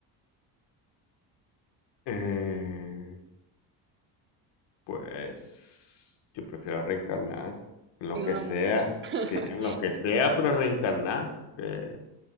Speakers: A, on the left; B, on the right.
A: Eh, Pues yo prefiero reencarnar en lo
B: En
A: que
B: una
A: sea,
B: mosca. <laughs>
A: sí, en lo que sea, pero reencarnar, porque